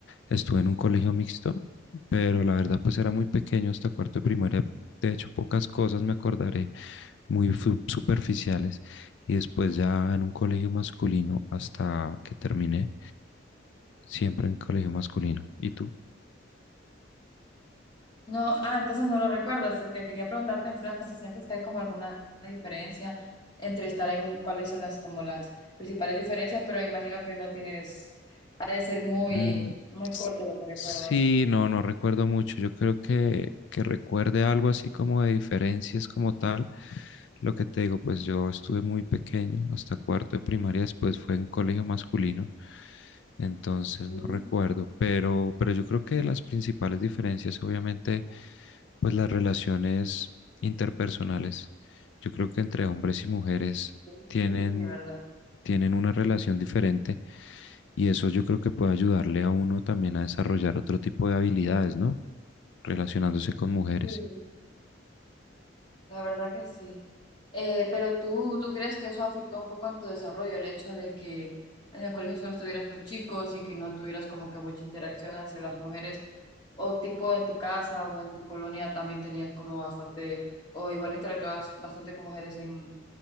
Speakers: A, on the left (about 65°); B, on the left (about 25°).
A: estuve en un colegio mixto, pero la verdad pues era muy pequeño hasta cuarto de primaria, de hecho pocas cosas me acordaré muy fu- superficiales y después ya en un colegio masculino hasta que terminé, siempre en colegio masculino. ¿Y tú?
B: No, ah, entonces no lo recuerdas, porque quería preguntarte en plan si sientes que hay como alguna diferencia entre estar en cuáles son las como las principales diferencias, pero imagino que no tienes, ha de ser muy,
A: Mm,
B: muy
A: s-
B: corto lo que
A: sí,
B: recuerdas.
A: no, no recuerdo mucho. Yo creo que, que recuerde algo así como de diferencias como tal. Lo que te digo, pues yo estuve muy pequeño, hasta cuarto de primaria, después fue en colegio masculino, entonces
B: Sí,
A: no recuerdo, pero, pero yo creo que las principales diferencias, obviamente, pues las relaciones interpersonales, yo creo que entre hombres y mujeres
B: sí,
A: tienen,
B: sí, sí, ¿verdad?
A: tienen una relación diferente y eso yo creo que puede ayudarle a uno también a desarrollar otro tipo de habilidades, ¿no? Relacionándose con mujeres.
B: Sí. La verdad que sí. Eh, pero tú, ¿tú crees que eso afectó un poco en tu desarrollo, el hecho de que en el colegio solo estuvieras con chicos y que no tuvieras como que mucha interacción hacia las mujeres? O tipo en tu casa o en tu colonia también tenías como bastante, o igual interactuabas bastante con mujeres en,